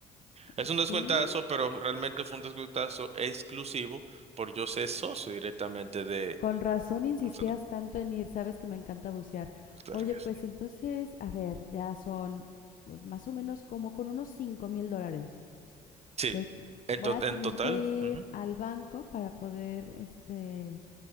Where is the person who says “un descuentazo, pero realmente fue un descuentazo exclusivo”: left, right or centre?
Right